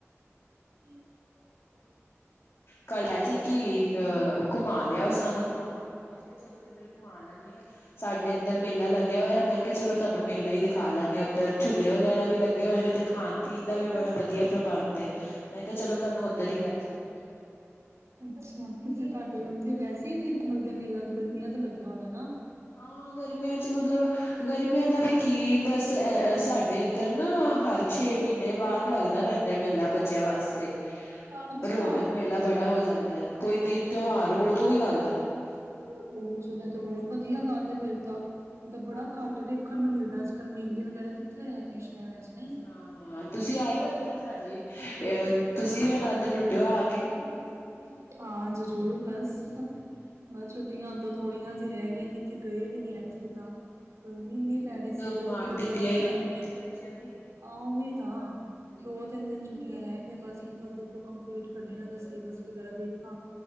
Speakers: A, on the right (about 80°); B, on the left (about 60°).
A: ਹੁ, ਗੈਸ ਚਲਾਦੇ।
B: ਕੱਲ ਕੈ ਰਈ ਸੀ ਕਿ ਅਹ ਘੁਮਾ ਲਿਆਓ ਸਾਨੂੰ ਘੁਮਾ ਲਿਆਓ ਮੈਂ ਕੇਆ ਚਲੋ ਕਿੱਧ ਰੇ ਘੁਮਾ ਲੈਂਣੀ ਆ। ਸਾਡੇ ਏਧਰ ਮੇਲਾ ਲੱਗੇਆ ਹੋਏਆ ਮੈਂ ਕੇਆ ਚਲੋ ਤੁਆਨੂੰ ਮੇਲਾ ਈ ਵਿਖਾ ਲਿਆਣੀ ਓਧਰ ਝੂਲੇ ਵਗੈਰਾ ਵੀ ਲੱਗੇ ਹੋਏ ਨੇ ਤੇ
A: ਅੱਛਾ।
B: ਖਾਣ- ਪੀਣ ਦਾ ਵੀ ਬੜਾ ਵੱਧੀਆ ਪ੍ਰਬੰਧ ਐ, ਮੈਂ ਕੇਆ ਚਲੋ ਤੁਆਨੂੰ ਓਧਰ ਈ ਲੈ ਚੱਲਦੀ ਆ।
A: ਅੱਛਾ ਕਿ ਸੀ ਤਾਡੇ ਓੱਥੇ ਵੈਸੇ ਈ ਲਖਨਊ ਦਾ ਮੇਲਾ ਗਰਮੀਆਂ ਦਾ ਲੱਗੇਆ ਹੋਣਾ ਹਨਾ?
B: ਆ ਗਰਮੀਆਂ ਚ ਮਤਲਬ ਗਰਮੀਆਂ ਦਾ ਵੀ ਕੀ ਬਸ ਅ-ਅ ਸਾਡੇ ਏਧਰ ਨਾ ਹਰ ਛੇ ਮੀਨੇ ਬਾਦ ਲੱਗਦਾ। ਹੁੰਦਾ ਰੇਂਦਾ ਏ ਮੇਲਾ ਬੱਚੇਆਂ ਵਾਸਤੇ।
A: ਅੱਛਾ।
B: ਰੌਣਕ ਮੇਲਾ ਬੜਾ ਹੋ ਜਾਂਦਾ ਐ ਕੋਈ ਦਿਨ ਤਿਹਾਰ ਹੋ ਓਦੋਂ ਵੀ ਲੱਗਦਾ ਰੇਂਦਾ।
A: ਅ ਚਲ ਏ ਤਾਂ ਬੋਤ ਵੱਧੀਆ ਗੱਲ ਫੇਰ ਤਾਂ, ਏ ਤਾਂ ਬੜਾ
B: ਹਾਂਜੀ
A: ਘੱਟ
B: ਹਾਂਜੀ
A: ਵੇ ਦੇਖਣ ਨੂੰ ਮਿਲਦਾ ਅੱਜ- ਕੱਲ੍ਹ ਮੇਲੇ ਵਗੈਰਾ ਕਿੱਥੇ ਰੈ ਗਏ ਸ਼ੈਰਾਂ ਚ। ਨਹੀਂ।
B: ਨਾ -ਨਾ ਤੁਸੀਂ ਆਏਓ ਏਧਰ ਸਾਡੇ ਅ ਤੁਸੀਂ ਵੀ ਆਨੰਦ ਲੁੱਟੇਓ ਆ ਕੇ।
A: ਹਾਂਜੀ ਜਰੂਰ। ਹਾਂ ਜ਼ਰੂਰ ਬਸ ਹਹ। ਮੈਂ ਛੁੱਟੀਆਂ ਤਾਂ ਥੋੜੀਆਂ ਜੇਈਆ ਰੈ ਗਈਆ ਕਿੱਤੇ ਗਏ ਵੀ ਨੀ ਅਸੀ ਤਾਂ ਗਰਮੀ ਏਨੀ। ਕੈ ਰਈ ਸੀ
B: ਮਾਂ
A: ਜਦੋਂ ਪ੍ਰੋਗਰਾਮ
B: ਟਿੱਟੀਆਂ
A: ਬਣਾਈਏ,
B: ਹੀ ਰਹਿ ਗਈਆਂ ਨੇ ਬੱਚਿਆਂ ਦੀ
A: ਆ ਓਹੀ ਤਾਂ
B: ਹਮ
A: ਦੋ ਤਿੰਨ ਦਿਨ ਛੁੱਟੀਆਂ ਰੈ ਗਈਆਂ ਬਸ ਹੁਣ ਤਾਂ ਦੇਖੋ ਕੰਪਲੀਟ ਕਰਨੀ ਏਨਾਂ ਦਾ ਸਿਲੇਬਸ ਵਗੈਰਾ ਦੇਖਾਂ।